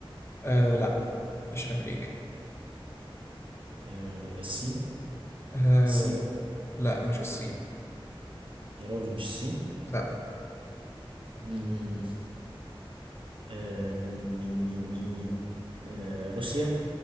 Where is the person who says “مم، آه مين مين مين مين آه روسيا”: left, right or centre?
Right